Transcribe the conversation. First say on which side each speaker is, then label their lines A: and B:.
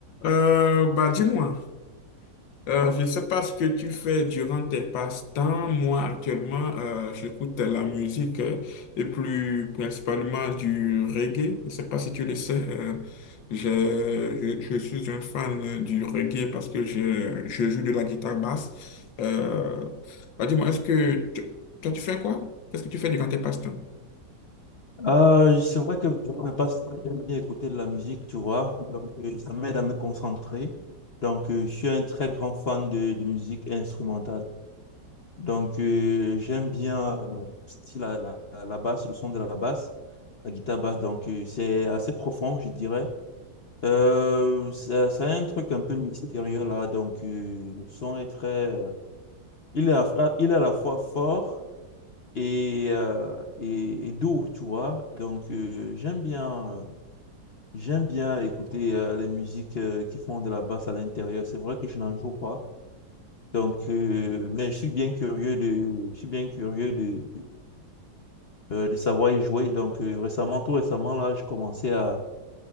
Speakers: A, on the left; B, on the left.
A: Euh, bah, dis-moi, euh, je ne sais pas ce que tu fais durant tes passe-temps. Moi, actuellement, euh, j'écoute la musique euh, et plus principalement du reggae. Je ne sais pas si tu le sais. euh, j'ai- je, je suis un fan euh, du reggae parce que je, je joue de la guitare basse. Euh, bah, dis-moi, est-ce que tu- toi, tu fais quoi? Qu'est-ce que tu fais durant tes passe-temps?
B: Euh, c'est vrai que je ne passe pas j'aime bien écouter de la musique, tu vois. Donc, euh, ça m'aide à me concentrer. Donc, euh, je suis un très grand fan de, de musique instrumentale. Donc, euh, j'aime bien euh, le style à la, à la basse, le son de la basse, la guitare basse. Donc, euh, c'est assez profond, je dirais. Euh, ça, ça a un truc un peu mystérieux là. Donc, euh, le son est très. euh, il est à, il est à la fois fort et, euh, et, et doux, tu vois. Donc, euh, j'aime bien. euh, J'aime bien écouter euh, les musiques euh, qui font de la basse à l'intérieur. C'est vrai que je n'en joue pas. Donc, euh, mais je suis bien curieux de, je suis bien curieux de, de, euh, de savoir y jouer. Donc, euh, récemment, tout récemment, là, j'ai commencé à,